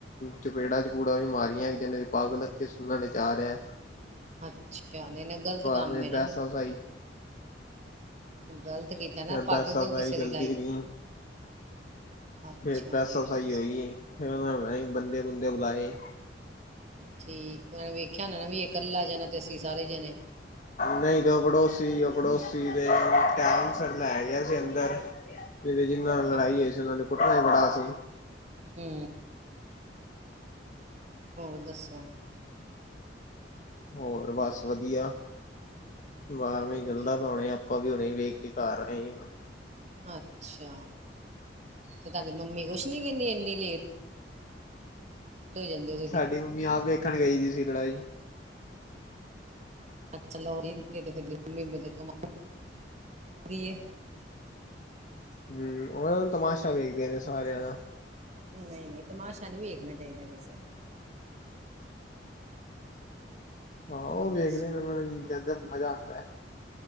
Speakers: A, on the left (about 45°); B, on the right (about 40°).
A: ਚਪੇੜਾ-ਚਪੂੜਾ ਵੀ ਮਾਰੀਆਂ ਇਕ ਤੇ ਪੱਗ ਲੱਥੀ ਸੁਣਨ 'ਚ ਆ ਰਿਹਾ।
B: ਅੱਛਾ, ਧਿਆਨ ਏ ਗ਼ਲਤ ਕੰਮ
A: ਐਵੇਂ
B: ਹੈ
A: ਬਹਿਸਾ
B: ਨਾ ਫੇਰ।
A: ਵਸਾਈ
B: ਗ਼ਲਤ ਕੀਤਾ ਨਾ,
A: ਬਹਿਸਾ
B: ਪੱਗ ਕਿਉਂ
A: ਵਸਾਈ
B: ਕਿਸੇ
A: ਚਲਦੀ
B: ਦੀ ਲਾਈ।
A: ਰਹੀ
B: ਅੱਛਾ
A: ਫਿਰ ਬਹਿਸਾ
B: ਜੀ
A: -ਬਸਾਹੀ ਹੋਈ, ਫਿਰ ਉਹਨਾਂ ਨੇ ਪਤਾ ਨੀ ਬੰਦੇ-ਬੁੰਦੇ ਬੁਲਾਏ।
B: ਠੀਕ, ਉਹਨਾ ਵੇਖਿਆ ਹੋਨਾ ਨਾ ਵੀ ਇਹ ਕੱਲਾ ਜਣਾ ਤੇ ਅਸੀਂ ਸਾਰੇ ਜਣੇ।
A: ਨਹੀਂ ਤੇ, ਉਹ ਪੜੋਸੀ ਉਹ ਪੜੋਸੀ ਦੇ ਟਾਈਮ ਸਿਰ ਲੈ ਗਿਆ ਸੀ ਅੰਦਰ। ਨਹੀਂ ਤੇ, ਜਿਹਨਾਂ ਨਾਲ ਲੜਾਈ
B: ਹਾਂ
A: ਹੋਈ ਸੀ, ਉਹਨਾ ਨੇ ਕੁੱਟਿਆ ਹੀ ਬੜਾ ਸੀ।
B: ਹੂੰ ਹੋਰ ਦੱਸੋ?
A: ਹੋਰ ਬਸ ਵਧੀਆ ਐਵੈਂ
B: ਚਲੋ
A: ਹੀ
B: ਵਧੀਆ
A: ਚਲਦਾ ਪਿਆ ਹੁਣੇ ਆਪਾਂ ਵੀ ਹੁਣੇ ਵੇਖ ਕੇ ਘਰ ਆਏ ਹਾਂ।
B: ਅੱਛਾ, ਤੇ ਤੁਹਾਡੀ ਮੰਮੀ ਕੁਛ ਨੀ ਕਹਿੰਦੀ ਇਨੀ ਲੇਟ? ਹੋ ਜਾਂਦੇ ਹੋ
A: ਸਾਡੀ
B: ਤੁਸੀਂ
A: ਮੰਮੀ ਆਪ ਵੇਖਣ ਗਈ ਦੀ ਸੀ ਲੜਾਈ।
B: ਅੱਛਾ ਲਓ <unintelligible> ਦੀ ਏ
A: ਹੂਮ ਓਹ ਨਾਂ ਤਮਾਸ਼ਾ ਵੇਖਦੇ ਨੇ ਸਾਰਿਆਂ ਦਾ।
B: ਨਹੀਂ -ਨਹੀਂ ਤਮਾਸ਼ਾ ਨੀ ਵੇਖਨਾ ਚਾਹੀਦਾ ਕਿਸੇ ਦਾ।
A: ਹਾਂ
B: ਹੋਰ
A: ਓਹ ਵੇਖਦੇ
B: ਦੱਸੋ
A: ਨੇ, ਓਹਨਾ ਨੂੰ ਕਹਿੰਦੇ ਮਜ਼ਾ ਆਂਦਾ ਐ।